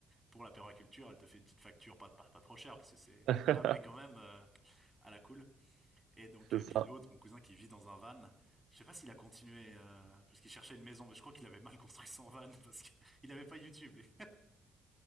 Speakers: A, in the centre; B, on the right.
A: pour la permaculture, elle te fait une petite facture, pas pas, pas trop chère parce que c'est
B: <laughs>
A: voilà, mais quand même euh, à la cool. Et donc,
B: C'est
A: euh,
B: ça.
A: puis l'autre, mon cousin qui vit dans un van, je sais pas s'il a continué euh, parce qu'il cherchait une maison, mais je crois qu'il avait mal construit son van <laughs> parce qu'il avait pas YouTube. lui.